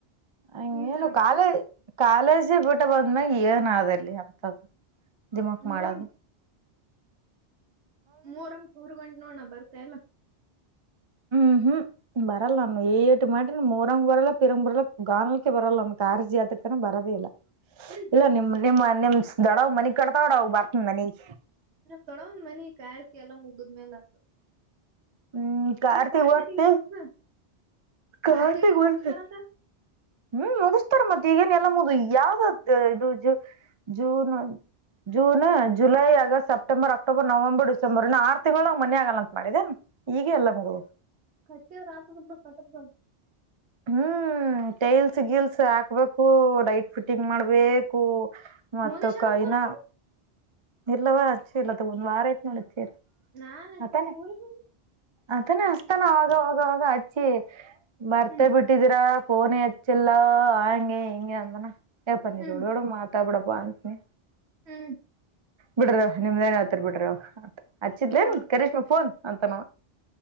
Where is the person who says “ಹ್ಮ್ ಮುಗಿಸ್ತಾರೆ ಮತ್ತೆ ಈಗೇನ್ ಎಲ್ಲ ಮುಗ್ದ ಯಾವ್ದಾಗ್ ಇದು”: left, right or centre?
Right